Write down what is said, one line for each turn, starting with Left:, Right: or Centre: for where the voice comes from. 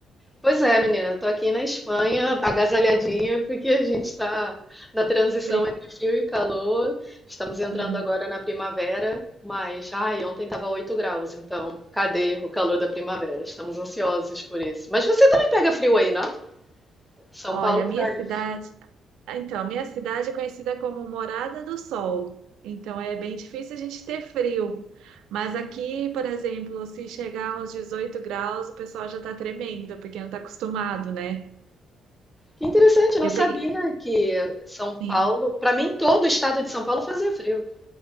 Centre: Pois é, menina, tô aqui na Espanha, agasalhadinha, porque a gente está na transição
Right: Frio,
Centre: entre frio e calor. Estamos entrando
Right: sim.
Centre: agora na primavera, mas, ai, ontem estava 8 graus, então, cadê o calor da primavera? Estamos ansiosos por isso. Mas você também pega frio aí, não? São
Right: Olha,
Centre: Paulo
Right: a
Centre: faz.
Right: minha cidade. Ah, Então, a minha cidade é conhecida como Morada do Sol. Então, é bem difícil a gente ter frio. Mas aqui, por exemplo, se chegar aos 18 graus, o pessoal já está tremendo, porque não está acostumado, né?
Centre: Que interessante, eu não
Right: Eu
Centre: sabia
Right: peguei.
Centre: que São Paulo,
Right: Sim.
Centre: para mim todo o estado de São Paulo fazia frio.